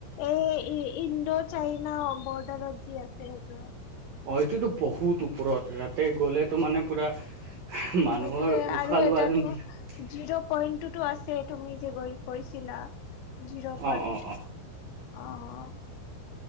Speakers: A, on the left; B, on the right.
A: এই ইণ্ডো চাইনা বৰ্ডাৰত যি আছে সেইটো।
B: অ' এইটোতো বহুত ওপৰত। তাতে গ'লে তো মানে পুৰা মানুহৰ
A: সেইটোয়ে
B: উশাহ
A: আৰু
B: লোৱা
A: এটাতো
B: যোন বিলাক।
A: জিৰ' পইণ্টটোতো আছে তুমি যেগ কৈছিলা জিৰ'
B: অ
A: পইণ্ট।
B: অ অ
A: অ'